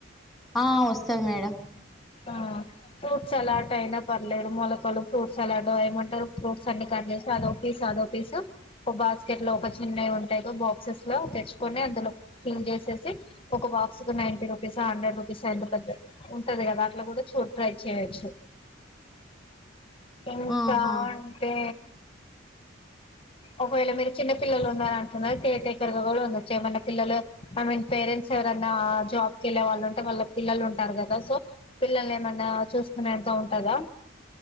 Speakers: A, in the centre; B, on the left.
A: ఆ వస్తది మేడం
B: ఆ ఫ్రూట్స్ సలాట్ అయినా పర్లేదు మొలకలు ఫ్రూట్స్ సలాడ్ ఏమంటారు ఫ్రూట్స్ అన్ని కట్ చేసి అదో పీస్ అదో పిస్ ఓ బాస్కెట్ లో ఒక చిన్నవి ఉంటాయి బాక్సెస్ లో తెచ్చుకని అందులో ఫిల్ చేసే ఒక బాక్స్ కి నైన్ టి రూపీస్ అ హండ్రెడ్ రూపీస్ ఎంత పెద్ద ఉంటది కదా అట్లా కూడా చో ట్రై చేయచ్చు ఇంకా
A: ఆహా
B: అంటే ఒకవేళ మీరు చిన్న పిల్లలు ఉన్నరంటున్నారు కేర్ టేకర్ కూడా ఉండొచ్చు ఏమన్నా పిల్లలు ఐ మీన్ పేరెంట్స్ ఎవరన్ న్నా జాబ్ కి వెళ్లే వాళ్లు ఉంటే వాళ్ళ పిల్లలు ఉంటారు కదా సో పిల్లలు ఏమన్నా చూసుకునేంత ఉంటదా